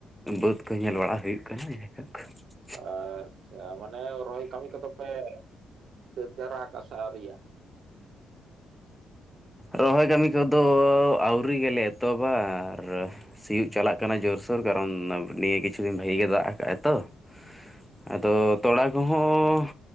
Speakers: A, in the centre; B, on the right (about 65°).
A: ᱵᱟᱹᱫᱽ ᱠᱚ ᱧᱮᱞ ᱵᱟᱲᱟ ᱦᱩᱭᱩᱜ ᱠᱟᱱᱟ <inaudible>
B: ᱟᱪᱪᱷᱟ ᱢᱟᱱᱮ ᱨᱚᱦᱚᱭ ᱠᱟᱹᱢᱤ ᱠᱚᱫᱚ ᱯᱟᱞᱮᱜ ᱛᱟᱹᱛ ᱡᱟᱣᱨᱟ ᱟᱠᱟᱫᱼᱟ ᱥᱮ ᱟᱹᱣᱨᱤᱭᱟ?
A: ᱨᱚᱦᱚᱭ ᱠᱟᱹᱢᱤ ᱠᱚᱫᱚ ᱟᱹᱣᱨᱤ ᱜᱮᱞᱮ ᱮᱛᱚᱵᱟ ᱟᱨ ᱥᱤᱭᱳᱜ ᱪᱟᱞᱟᱜ ᱠᱟᱱᱟ ᱡᱳᱨᱥᱳᱨ ᱠᱟᱨᱚᱱ ᱱᱤᱭᱟᱹ ᱠᱤᱪᱷᱩ ᱫᱤᱱ ᱵᱷᱟᱹᱜᱤ ᱜᱮ ᱫᱟᱜ ᱠᱟᱜᱟᱭ ᱛᱚ ᱾ ᱟᱫᱚ ᱛᱚᱲᱟ ᱠᱚᱦᱚᱸ